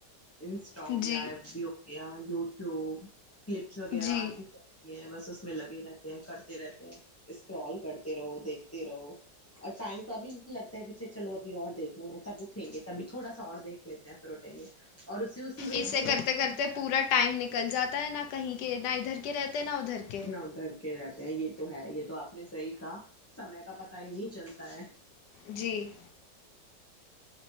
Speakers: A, on the left (about 20°); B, on the left (about 75°).
A: انسٹال ہو
B: جی
A: گیا ہےو یا یو ٹیوب کلپس وغیرہ
B: جی
A: آتی کرتی ہیں بس اس میں لگے رہتے ہیں کرتے رہتے ہیں اسکرال کرتے رہو دیکھتے رہو اور ٹائم کا بھی لگتا ہے کہچھ چلو ابھی اور دیکھ رہے ہیں تب اٹھیں گے تبھی تھوڑا سا اور دیکھ لیتے ہیں پھر اٹھیں گے اور اسی اسی میں ایک
B: اسے
A: دو
B: کرتے
A: گھنٹہ
B: کرتے پورا ٹائم نکل جاتا ہے نہ کہیں کہ نہ ادھر کہ رہتے نا ادھر کے
A: نہ ادھر کے رہتے یہ تو ہے یہ تو آپ نے صحیح کہا سمے کا پتا ہی نہیں چلتا ہے
B: جی